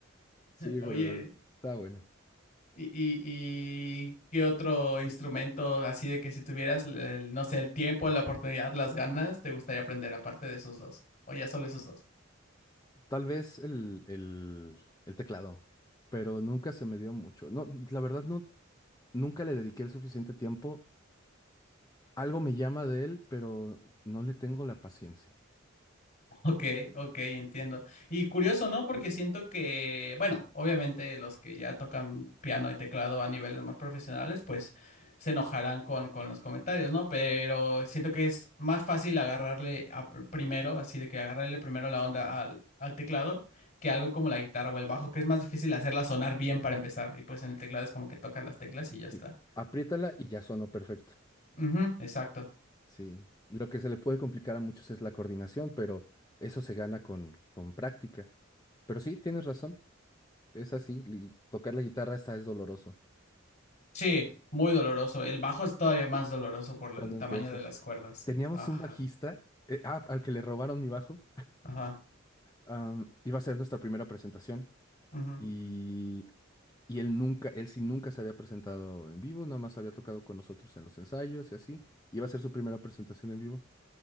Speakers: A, on the left; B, on the left.
A: sí,
B: Oye,
A: pero está bueno.
B: ¿y, y, y qué otro instrumento así de que si tuvieras, el, no sé, el tiempo, la oportunidad, las ganas, te gustaría aprender aparte de esos dos? O ya solo esos dos.
A: Tal vez el, el, el teclado, pero nunca se me dio mucho. No, la verdad, no, Nunca le dediqué el suficiente tiempo. Algo me llama de él, pero no le tengo la paciencia.
B: Ok, ok, entiendo. Y curioso, ¿no? Porque siento que, bueno, obviamente los que ya tocan piano y teclado a niveles más profesionales, pues se enojarán con, con los comentarios, ¿no? Pero siento que es más fácil agarrarle a pr- primero, así de que agarrarle primero la onda al, al teclado, que algo como la guitarra o el bajo, que es más difícil hacerla sonar bien para empezar. Y pues en el teclado es como que tocas las teclas y ya está.
A: Sí, apriétala y ya sonó perfecto.
B: Ujú, exacto.
A: Sí, lo que se le puede complicar a muchos es la coordinación, pero eso se gana con, con práctica. Pero sí, tienes razón. Es así, li- tocar la guitarra está es doloroso
B: Sí, muy doloroso. El bajo es todavía más doloroso por el
A: cuando
B: tamaño
A: empiezas.
B: de las cuerdas.
A: Teníamos
B: Ajá.
A: un bajista, eh, ah, al que le robaron mi bajo.
B: Ajá,
A: am, iba a ser nuestra primera presentación
B: ujú,
A: y Y él nunca, él sí nunca se había presentado en vivo, nada más había tocado con nosotros en los ensayos y así. y Iba a ser su primera presentación en vivo.